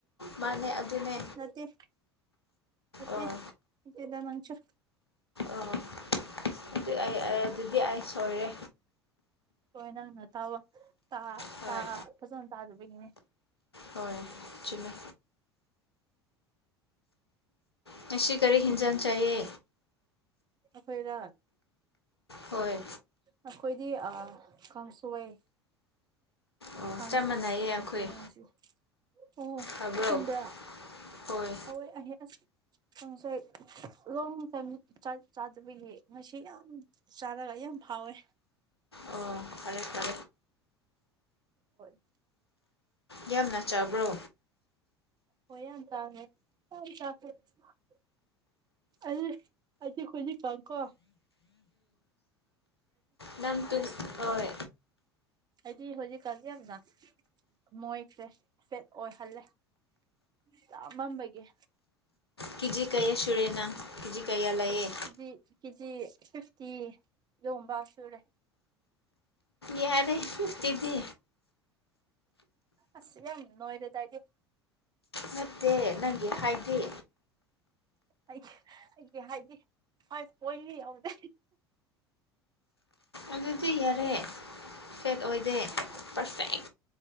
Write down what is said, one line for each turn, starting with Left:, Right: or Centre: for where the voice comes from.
Left: ꯃꯅꯩ ꯑꯗꯨꯅꯦ
Right: ꯁꯠꯇꯦ ꯁꯠꯇꯦꯆꯗ
Left: ꯑꯣ
Right: ꯅꯪꯁꯨ
Left: ꯑꯣ ꯑꯗꯨ ꯑꯩ ꯑꯗꯨꯗꯤ ꯑꯩ ꯁꯣꯏꯔꯦ
Right: ꯍꯣꯏ ꯅꯪꯅ ꯇꯥꯕ ꯇꯥ
Left: ꯍꯣꯏ
Right: ꯇꯥ ꯐꯖꯅ ꯇꯥꯗꯕꯒꯤꯅꯦ
Left: ꯍꯣꯏ ꯆꯨꯝꯃꯦ ꯉꯁꯤ ꯀꯔꯤ ꯍꯦꯟꯖꯟ ꯆꯥꯏꯌꯦ
Right: ꯑꯩꯈꯣꯏꯔꯣ
Left: ꯍꯣꯏ
Right: ꯑꯩꯈꯣꯏꯗꯤ ꯑꯥ ꯀꯥꯡꯁꯣꯏ
Left: ꯑꯣ
Right: ꯀꯥꯡ
Left: ꯆꯞ
Right: ꯁꯣꯏꯅ
Left: ꯃꯥꯟꯅꯩꯌꯦ
Right: ꯊꯣꯡꯒꯦ
Left: ꯑꯩꯈꯣꯏ
Right: ꯌꯦꯡꯉꯁꯤ ꯑꯣ
Left: ꯐꯕ꯭ꯔꯣ
Right: ꯆꯨꯝꯕ꯭ꯔ
Left: ꯍꯣꯏ
Right: ꯍꯋꯥꯏ ꯑ ꯑ ꯀꯥꯡꯁꯣꯏ ꯂꯣꯡ ꯇꯥꯏꯝ ꯆꯥꯛ ꯆꯥꯗꯕꯒꯤ ꯉꯁꯤ ꯌꯥꯝ ꯆꯥꯔꯒ ꯌꯥꯝ ꯐꯥꯎꯋꯦ
Left: ꯑꯣ ꯐꯔꯦ ꯐ꯭ꯔꯔ
Right: ꯍꯣꯏ
Left: ꯌꯥꯝꯅ ꯆꯥꯕ꯭ꯔꯣ
Right: ꯍꯣꯏ ꯌꯥꯝ ꯇꯝꯅꯦ ꯌꯥꯝ <unintelligible> ꯑꯩ ꯑꯩꯗꯤ ꯍꯨꯖꯤꯛꯀꯥꯟ ꯀꯣ
Left: ꯅꯝ ꯇꯨꯡ ꯍꯣꯏ
Right: ꯑꯩꯗꯤ ꯍꯧꯖꯤꯛꯀꯥꯟꯗꯤ ꯌꯥꯝꯅ ꯃꯣꯏꯈ꯭ꯔꯦꯐꯦꯠ ꯑꯣꯏꯍꯜꯂꯦ꯫ ꯆꯥ ꯃꯝꯕꯒꯤ
Left: ꯀꯤꯖꯤ ꯀꯩꯌꯥ ꯁꯨꯨꯔꯦꯅꯪ ꯀꯤꯖꯤ ꯀꯩꯌꯥ ꯂꯩꯌꯦ꯫
Right: ꯀꯤꯖꯤ ꯀꯤꯖꯤ ꯐꯤꯐꯇꯤ ꯂꯣꯕ ꯁꯨꯔꯦ꯫
Left: ꯌꯥꯔꯦ ꯐꯤꯞꯇꯤꯗꯤ
Right: ꯑꯁ ꯌꯥꯝ ꯅꯣꯏꯔꯦꯗ ꯑꯩꯗꯤ
Left: ꯅꯠꯇꯦ ꯅꯪꯒꯤ ꯍꯥꯏꯗꯤ
Right: ꯑꯩ ꯑꯩꯒꯤ ꯍꯥꯏꯗꯤ ꯐꯥꯞ ꯄꯣꯏꯟꯗꯤ ꯌꯧꯗꯦ꯫
Left: ꯑꯗꯨꯗꯤ ꯌꯥꯔꯦ ꯐꯦꯠ ꯑꯣꯏꯗꯦ
Right: ꯌꯥꯝ
Left: ꯄꯔꯐꯦꯛ